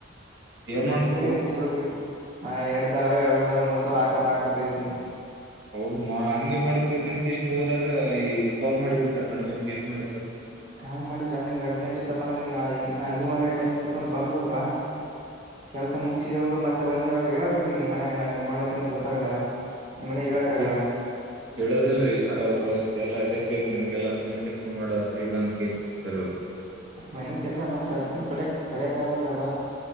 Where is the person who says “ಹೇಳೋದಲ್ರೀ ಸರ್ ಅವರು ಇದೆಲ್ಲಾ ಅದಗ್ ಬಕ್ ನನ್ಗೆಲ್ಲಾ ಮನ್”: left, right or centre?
Right